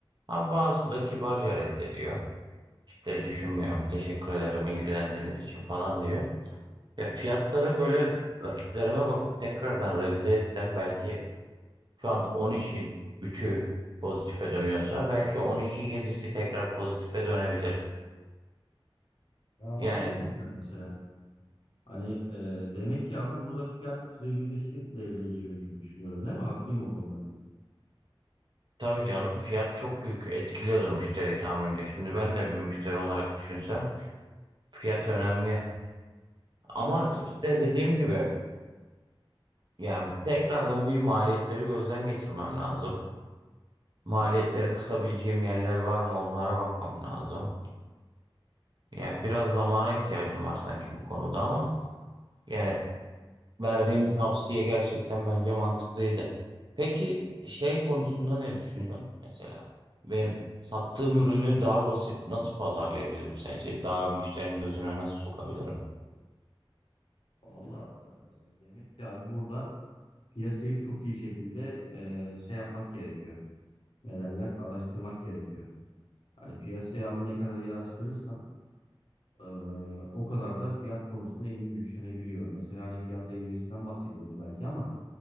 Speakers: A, on the right; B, on the left.
A: Ama bazısı da kibarca reddediyor. İşte düşünmüyorum. Teşekkür ederim ilgilendiğiniz için falan diyor. Ya fiyatları böyle rakiplerime bakıp tekrardan revize etsem belki şu an 10 için 3'ü pozitife dönüyorsa belki 10 için 7'si tekrar pozitife dönebilir.
B: Ya
A: Yani
B: bak o da güzel mesela. Hani e, demek ki abi burada fiyat revizesi devreye giriyor gibi düşünüyorum değil mi? Haklıyım o konuda.
A: tabii canım fiyat çok büyük etkiliyordur müşteriyi tahminimce. Şimdi ben de bir müşteri olarak düşünsem fiyat önemli. Ama işte dediğim gibi yani tekrardan bir maliyetleri gözden geçirmem lazım. Maliyetleri kısabileceğim yerler var mı onlara bakmam lazım. Yani biraz zamana ihtiyacım var sanki bu konuda ama yani verdiğim tavsiye gerçekten bence mantıklıydı. Peki şey konusunda ne düşünüyorsun mesela? Benim sattığım ürünü daha basit nasıl pazarlayabilirim sence? Daha müşterinin gözüne nasıl sokabilirim?
B: Valla demek ki abi burada piyasayı çok iyi şekilde e, şey yapmak gerekiyor. Ne derler? Araştırmak gerekiyor. Hani piyasayı abi ne kadar iyi araştırırsan e, o kadar da fiyat konusunda elin güçlenebiliyor. Mesela hani fiyat revizesinden bahsediyoruz belki ama